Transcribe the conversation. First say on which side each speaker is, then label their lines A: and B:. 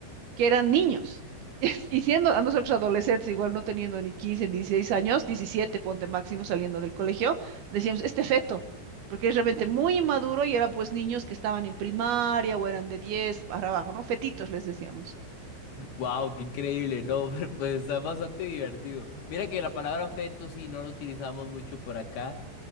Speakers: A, on the right; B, on the left.
A: que eran niños. <laughs> Y siendo a nosotros adolescentes, igual no teniendo ni 15 ni 16 años, 17 ponte máximo saliendo del colegio, decíamos, este feto, porque es realmente Claro. muy inmaduro y era pues niños que estaban en primaria o eran de 10 para abajo, ¿no? Fetitos les decíamos.
B: Wow, qué increíble, no, <laughs> pero, pues está bastante divertido. Mira que la palabra feto sí no lo utilizamos mucho por acá.